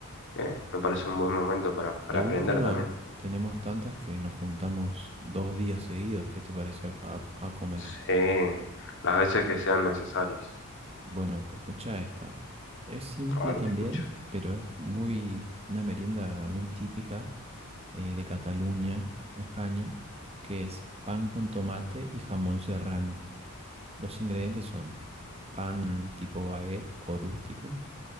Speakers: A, on the left; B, on the right.
A: eh, me parece un buen momento para, para
B: De última,
A: aprender también.
B: tenemos tantas que nos juntamos dos días seguidos, ¿qué te parece a, a- a comer?
A: Sí, las veces que sean necesarias.
B: Bueno, escucha esta. Es simple
A: A ver,
B: también,
A: te escucho.
B: pero es muy una merienda muy típica eh, de Cataluña, España, que es pan con tomate y jamón serrano. Los ingredientes son pan tipo baguette o rústico,